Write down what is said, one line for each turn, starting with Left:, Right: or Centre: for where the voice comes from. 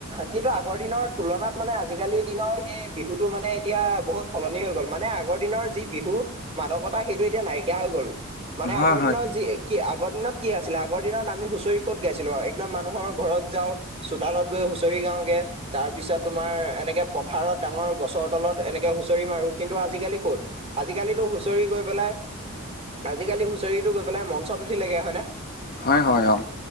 Right: কিন্তু আগৰ দিনৰ তুলনাত মানে আজিকালি দিনৰ সেই বিহুতটো মানে এতিয়া বহুত, সলনি হৈ গল, মানে আ- আগৰ দিনৰ যি বিহু মাদকতা সেইটো এতিয়া নাইকিয়া হৈ গ'ল মানে
Left: হয়
Right: আগৰ
Left: হয়
Right: দিনৰ যি - কি আগৰ দিনত কি আছিলে আগৰ দিনত আমি হুঁচৰি ক'ত গাইছিলোঁ আৰু একদম মানুহৰ ঘৰত যাওঁ- চোতালত গৈ হুঁচৰি গাওগে - তাৰ পিছত তোমাৰ এনেকে পথাৰত ডাঙৰ গছৰ তলত এনেকে হুঁচৰি মাৰো কিন্তু আজিকালি - কত আজিকালিতো হুচৰি গৈ পেলাই আজিকালি হুচৰি - গৈ পেলাই মঞ্চত উঠি লাগে হয় ন,
Left: হয় হয় অ